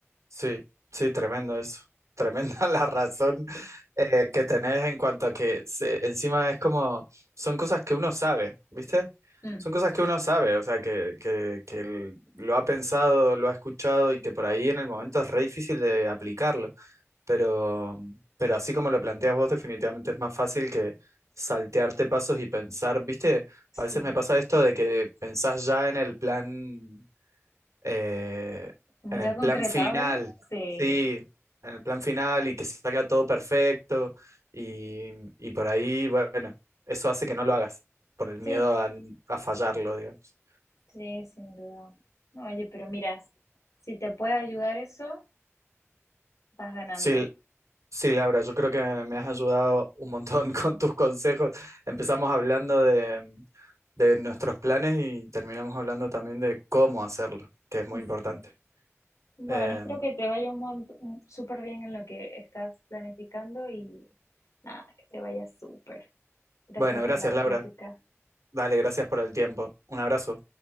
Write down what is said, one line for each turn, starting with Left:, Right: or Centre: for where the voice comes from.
Right: Sí, sí, tremendo eso. Tremenda <laughs> la razón eh, que tenés en cuanto a que se- encima es como, son cosas que uno sabe, ¿viste?
Left: Mm,
Right: Son cosas que uno sabe, o sea, que, que, que l- lo ha pensado, lo ha escuchado y que por ahí en el momento es re difícil de aplicarlo. Pero, pero así como lo planteas vos, definitivamente es más fácil que saltearte pasos y pensar, ¿viste?
Left: sí,
Right: A veces me pasa esto de que pensás ya en el plan eh,
Left: como
Right: en
Left: ya
Right: el
Left: concretado,
Right: plan final,
Left: sí,
Right: sí, en el plan final y que salga todo perfecto y, y por ahí, bueno, eso hace que no lo hagas, por el miedo
Left: sí,
Right: a, a fallarlo, digamos.
Left: sí, sin duda. Oye, pero mira, si te puede ayudar eso, vas ganando.
Right: Sí, sí, Laura, yo creo que me has ayudado un montón <laughs> con tus consejos. Empezamos hablando de, de nuestros planes y terminamos hablando también de cómo hacerlo, que es muy
Left: Sí.
Right: importante.
Left: Bueno,
Right: Eh,
Left: espero que te vaya un montón, súper bien en lo que estás planificando y nada, que te vaya súper. Gracias
Right: bueno,
Left: por
Right: gracias,
Left: la
Right: Laura.
Left: plática.
Right: Dale, gracias por el tiempo. Un abrazo.